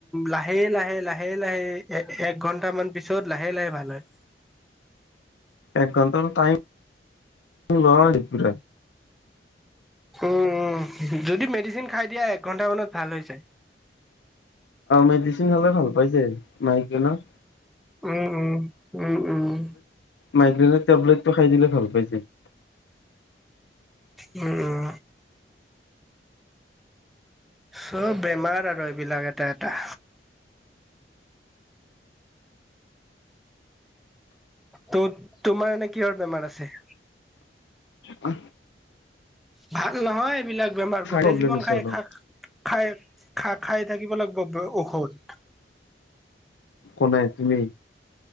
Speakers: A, in the centre; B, on the left.
A: লাহে লাহে লাহে লাহে। এ এক ঘন্টামান পিছত লাহে লাহে ভাল হয়।
B: এক ঘণ্টা টাইম। উ ন একৰা।
A: উম উম যদি মেডিচিন খাই। দিয়া এক ঘন্টা মানত ভাল হৈ যায়।
B: মেডিচিন খালে ভাল পাইছে মাইকক।
A: উম উম। উম উম।
B: মাইগ্ৰেনৰ টেবলেটটো খাই দিলে ভাল পাইছে -
A: উম। চব বেমাৰ আৰু এইবিলাক এটা এটা। তোমাৰ এনে কিহৰ বেমাৰ আছে?
B: উ।
A: ভ <unintelligible> নহয় এইবিলাক বেমাৰ গোটেই
B: প্ৰব্লেম
A: জীৱন
B: আছে
A: খাই
B: অলপ
A: খা খাই খা খাই- থাকিব লাগিব ঔষধ।
B: কোনে তুমি?